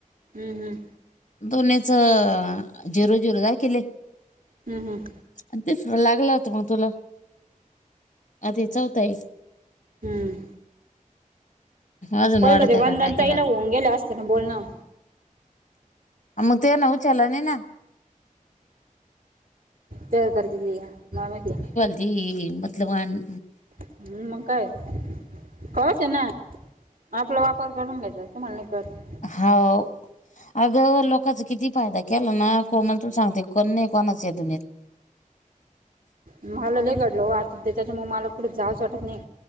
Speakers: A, on the right; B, on the left.
A: हम्म हं.
B: दोन्हीच झिरो झिरो दाखीले.
A: हम्म हम.
B: अन् तिसरं लागलं होता मग तुला अता हे चौथा ये.
A: हम्म.
B: अजून
A: पहिलं
B: वाढत
A: ते
B: आहे
A: वंदन
B: का काय
A: ताईला
B: कोणात?
A: होऊन गेले असते ना बोलणं
B: आ मग तेना ऊचाला नाई ना?
A: चौदा तारखेच घ्या <unintelligible>
B: ते मतलब वान
A: हं मग काय कवाच्यान आपला वापर करून घ्यायचा. तुम्हाला नाही कळत.
B: हाव. अगं लोकांचा किती फायदा केला ना कोमल तूला सांगते कोण नाही कोणाच या दुनियेत. <inaudible>
A: मला लय घडलं आ त्याच्या मुळ मला कुठं जावचं वाटत नाही